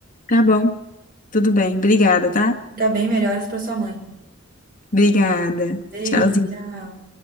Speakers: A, on the left (about 40°); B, on the right (about 45°).
A: Tá bom, tudo bem. Obrigada, tá?
B: Fica bem, melhoras pra sua mãe.
A: Obrigada.
B: Beijo,
A: Tchauzinho.
B: tchau.